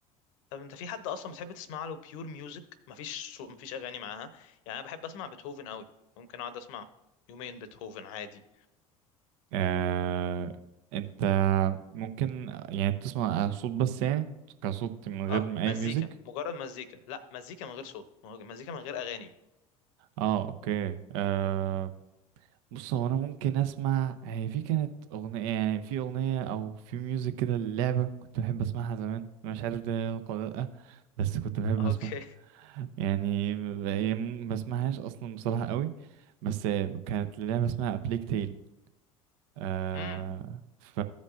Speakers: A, on the left (about 65°); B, on the right (about 60°).
A: طب انت في حد اصلا بتحب تسمع له بيور ميوزك مفيش سو... مفيش اغاني معاها يعني انا بحب اسمع بيتهوفن قوي ممكن اقعد اسمع يومين بيتهوفن عادي
B: آه... أنت ممكن يعني تسمع صوت بس يعني كصوت من غير
A: اه مزيكا
B: أي ميوزك
A: مجرد مزيكا لا مزيكا من غير صوت مزيكا من غير اغاني
B: اه اوكي آه بص هو انا ممكن اسمع هي في كانت اغنيه يعني في اغنيه او في ميوزك كده للعبه كنت بحب اسمعها زمان مش عارف ده يلقى ولا لا بس كنت بحب
A: اوكي
B: اسمعها يعني ب- هي م- ما بسمعهاش اصلا بصراحه قوي بس كانت لعبه اسمها بليك تيل آه
A: امم
B: ف